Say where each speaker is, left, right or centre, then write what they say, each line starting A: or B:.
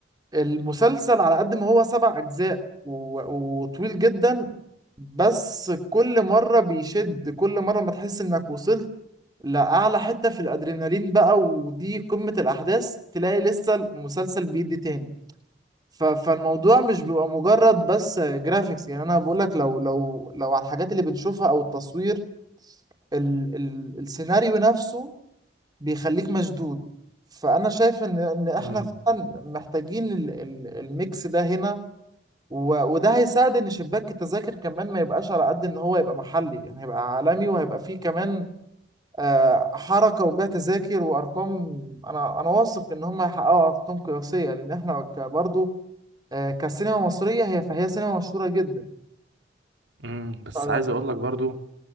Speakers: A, on the right; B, on the right.
A: المسلسل على قد ما هو سبع أجزاء و- وطويل جدا بس كل مرة بيشد كل مرة ما تحس إنك وصلت لأعلى حتة في الأدرينالين بقى ودي قمة الأحداث تلاقي لسه المسلسل بيدي تاني ف- فالموضوع مش بيبقى مجرد بس جرافيكس يعني انا بقول لك لو لو لو على الحاجات اللي بنشوفها او التصوير ال ال السيناريو نفسه بيخليك مشدود فانا شايف ان ان احنا
B: مم.
A: فعلا محتاجين ال ال الميكس ده هنا و- وده هيساعد ان شباك التذاكر كمان ما يبقاش على قد ان هو يبقى محلي يعني هيبقى عالمي وهيبقى فيه كمان آه، حركة وبيع تذاكر وارقام انا انا واثق ان هم هيحققوا ارقام قياسية لان احنا برضه آه، كسينما مصرية هي فهي سينما مشهورة جدا
B: مم. بس
A: رأيك
B: عايز اقول لك برضو